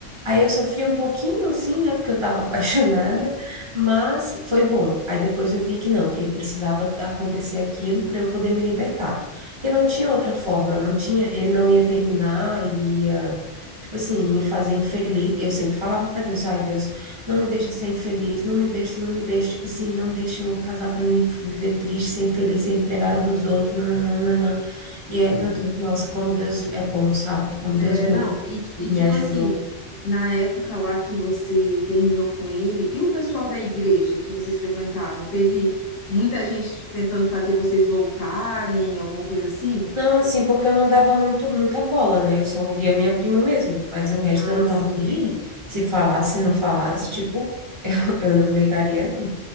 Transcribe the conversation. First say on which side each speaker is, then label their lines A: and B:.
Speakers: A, on the right; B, on the left.
A: Aí eu sofri um pouquinho assim, né, porque eu estava <laughs> apaixonada, mas foi bom. Aí depois eu vi que não, que precisava acontecer aquilo para eu poder me libertar. Porque não tinha outra forma, não tinha, ele não ia terminar, ele ia, tipo assim, me fazer infeliz. E eu sempre falava para Deus, ai Deus, não me deixa ser infeliz, não me deixa, não me deixa, tipo assim, não deixa eu casar para mim viver triste, ser infeliz, ser empregada dos outros, nananana. E é, meu Deus, nossa, como Deus é bom, sabe? Como
B: É,
A: Deus me
B: não,
A: ouve
B: e, e
A: e
B: tipo
A: me ajudou.
B: assim, na época lá que você terminou com ele, e o pessoal da igreja que vocês frequentavam, teve muita gente tentando fazer vocês voltarem, alguma coisa assim?
A: Não, assim, porque eu não dava muito, muita bola, né? Eu só ouvia minha prima mesmo, mas o resto
B: Ah,
A: eu não tava
B: sim.
A: nem aí. Se falasse, não falasse, tipo, <laughs> eu, eu não ligaria, não.